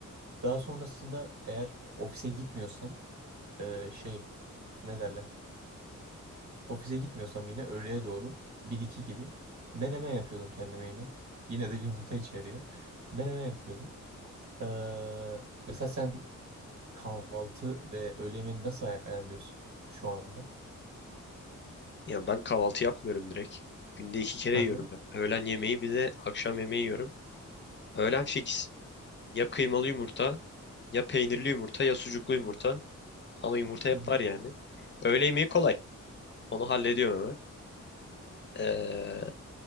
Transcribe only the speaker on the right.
Daha sonrasında eğer ofise gitmiyorsam ee, şey ne derler? Ofise gitmiyorsam yine öğleye doğru bir iki gibi menemen yapıyordum kendime yine. Yine de yumurta içeriyor. <laughs> Menemen yapıyordum. Ee, mesela sen e, kahvaltı ve öğle yemeğini nasıl ay- ayarlıyorsun şu anda?
Hı
hı.
Hı hı.